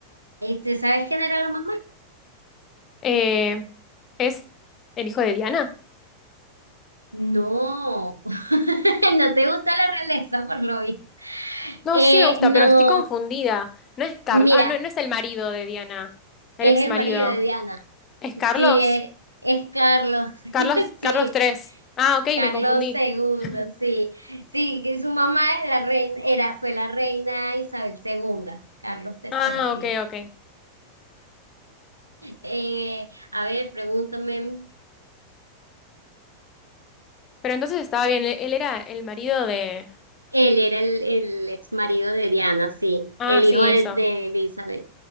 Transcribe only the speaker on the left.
Eh, ¿es el hijo de Diana?
No,
sí me gusta,
pero estoy confundida. No es Carlos.
Ah, no, no es el marido de Diana. El
ex
marido.
¿Es Carlos?
Carlos,
Carlos tres Ah, ok,
me confundí.
<laughs>
Ah,
ok,
ok.
Pero entonces estaba bien. Él, él era el marido de.
Ah,
sí,
eso.